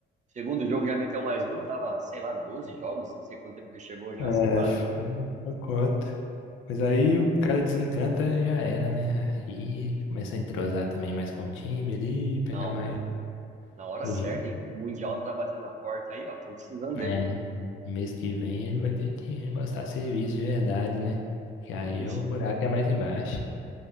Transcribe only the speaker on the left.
É,
foi uma cota. Mas aí
o cara desencanta e já era, né? Aí começa a entrosar também mais com o time ali, pegar
mais
o
ritmo.
É, mês que vem ele vai ter que mostrar serviço de verdade, né? Que aí
é o buraco é mais embaixo.